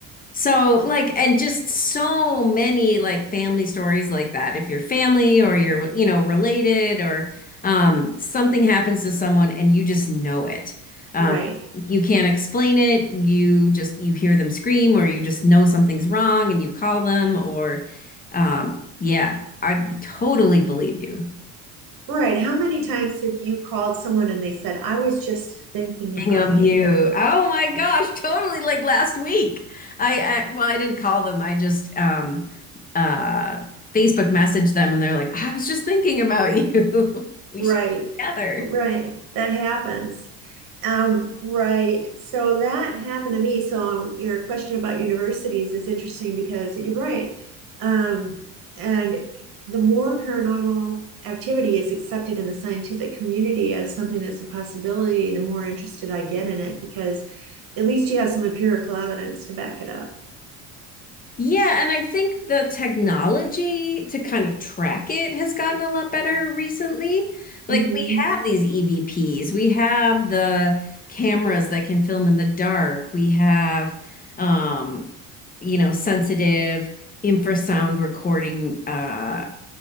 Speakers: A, on the left (about 20°); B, on the right (about 55°).
A: So, like, and just so many like family stories like that. If you're family or you're, you know, related or um, something happens to someone and you just know it. Um,
B: right.
A: you can't explain it. You just, you hear them scream or you just know something's wrong and you call them or, um, yeah, I totally believe you.
B: Right. How many times have you called someone and they said, I was just thinking
A: King
B: about
A: of
B: you?
A: You. Oh my gosh, totally like last week. I, I well, I didn't call them. I just um uh Facebook messaged them and they're like, I was just thinking about you. <laughs> We
B: Right.
A: should get together.
B: Right. That happens. Um, right. So that happened to me. So your question about universities is interesting because you're right. Um, and the more paranormal activity is accepted in the scientific community as something that's a possibility, the more interested I get in it because at least you have some empirical evidence to back it up.
A: Yeah, and I think the technology to kind of track it has gotten a lot better recently. Like
B: Mm-hmm.
A: we have these EVPs, we have the cameras that can film in the dark, we have um, you know, sensitive infrasound recording uh